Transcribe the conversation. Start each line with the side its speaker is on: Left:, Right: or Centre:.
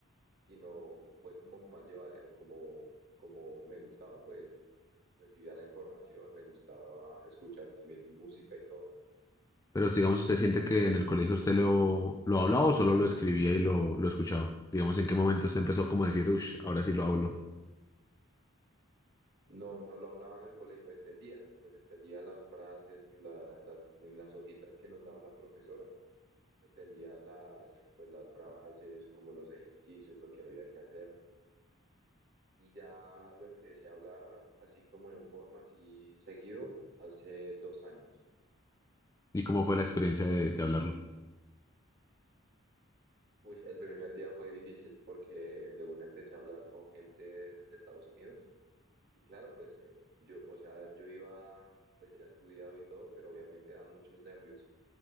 Right: sino fue como más llevadero, como, como me gustaba, pues recibía la información, me gustaba escuchar también música y todo.
Left: Pero digamos, ¿usted siente que en el colegio usted lo, lo hablaba o solo lo escribía y lo, lo escuchaba? Digamos, ¿en qué momento usted empezó como a decir, uff, ahora sí lo hablo?
Right: No, no lo hablaba en el colegio, entendía, pues entendía las frases, la- las, las hojitas que nos daba la profesora entendía las, pues, las frases, como los ejercicios, lo que había que hacer. Y ya lo empecé a hablar así como en forma, así seguido, hace dos años.
Left: ¿Y cómo fue la experiencia de de hablarlo?
Right: Uy, el primer día fue difícil porque de una empecé a hablar con gente de Estados Unidos. Y claro, pues eh, yo, o sea, yo iba, pues ya estudiado y todo, pero obviamente dan muchos nervios